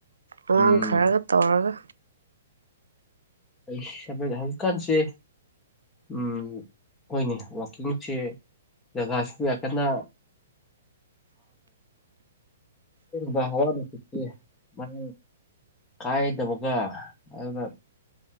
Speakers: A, on the right; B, on the left.
A: ꯑꯉꯥꯡ
B: ꯎꯝ
A: ꯈꯔꯒ ꯇꯧꯔꯒ
B: ꯑꯩ ꯍꯧꯖꯤꯛꯀꯥꯟꯁꯦ ꯑꯩꯈꯣꯏꯅꯦ ꯋꯥꯛꯀꯤꯡꯁꯦ ꯖꯒꯥꯁꯤꯕꯨ ꯌꯥꯝ ꯀꯟꯅ ꯕ ꯍꯋꯥ ꯅꯨꯡꯆꯁꯤ ꯃꯔꯥꯡ ꯀꯥꯏꯗꯕꯒ ꯑꯗꯨꯒ